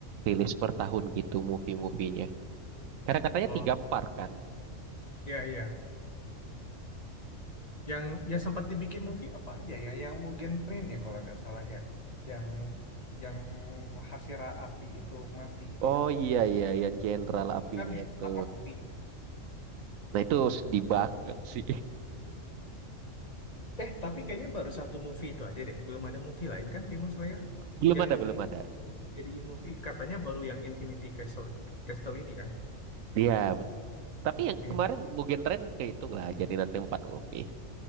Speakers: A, on the right; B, on the left.
A: Rilis per tahun gitu movie-movienya. Karena katanya
B: Oh.
A: tiga part kan.
B: iya iya. Yang yang sempat dibikin movie apa aja ya? Yang Mugen Train ya kalau nggak salah ya. Yang yang Hasira Api itu mati itu
A: Oh
B: ya.
A: iya iya yang Jenderal Apinya
B: Itu kan yang
A: itu.
B: pertama movie.
A: Nah itu sedih banget sih.
B: Eh tapi kayaknya baru satu movie itu aja deh. Belum ada movie lain kan Demon Slayer?
A: Belum
B: Yang
A: ada, belum ada.
B: jadiin movie katanya baru yang Infinity Castle Castle ini kan?
A: Iya, tapi yang
B: Infinity.
A: kemarin Mugen Train kehitung lah jadi nanti empat movie.